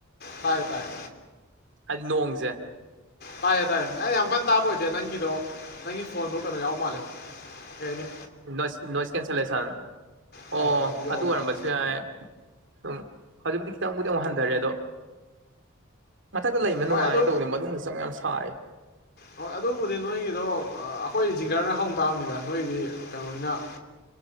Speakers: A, on the left; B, on the right.
A: ꯇꯥꯢꯌꯦ ꯇꯢꯌꯦ
B: ꯍꯥꯏꯗꯤ ꯅꯣꯡꯁꯦ
A: ꯇꯥꯏꯌꯦ ꯇꯥꯏꯌꯦ ꯑꯩ ꯌꯥꯝ ꯀꯟꯅ ꯇꯥꯕ ꯑꯣꯏꯗꯦꯗ ꯅꯪꯒꯤꯗꯣ ꯅꯪꯒꯤ ꯐꯣꯟꯗꯣ ꯀꯩꯅꯣ ꯌꯥꯎ ꯃꯥꯜꯂꯦ ꯀꯩꯍꯢꯅꯤ
B: ꯅꯣꯏꯁ ꯅꯣꯏꯁ ꯀꯦꯟꯁꯦꯂꯦꯁꯟ
A: ꯑꯧ
B: ꯑꯣ
A: ꯑꯧ ꯌꯥꯎꯕ
B: ꯑꯗꯨ ꯑꯣꯏꯔꯝꯕꯁꯨ
A: ꯃꯥꯜꯂꯦ
B: ꯌꯥꯏ ꯑꯗꯨꯝ ꯍꯧꯖꯤꯛꯕꯨꯗꯤ ꯈꯤꯇꯪꯕꯨꯗꯤ ꯑꯃꯨꯛ ꯍꯟꯊꯔꯦ ꯑꯗꯣ ꯃꯊꯛꯇ ꯂꯩꯕ ꯅꯨꯡꯉꯥꯏꯅ
A: ꯍꯣꯏ ꯑꯗꯨ
B: ꯇꯧꯅꯤ ꯃꯅꯨꯡꯗ ꯆꯪ ꯌꯥꯝ ꯁꯥꯏ
A: ꯍꯣꯏ ꯑꯗꯨꯕꯨꯗꯤ ꯅꯣꯏꯒꯤꯗꯣ ꯑꯩꯈꯣꯏꯗꯤ ꯖꯤꯡꯒꯔꯅ ꯍꯧ ꯇꯥꯑꯝꯅꯤꯗ ꯅꯣꯏꯒꯤꯗꯤ ꯀꯩꯅꯣꯅꯤꯅ <unintelligible>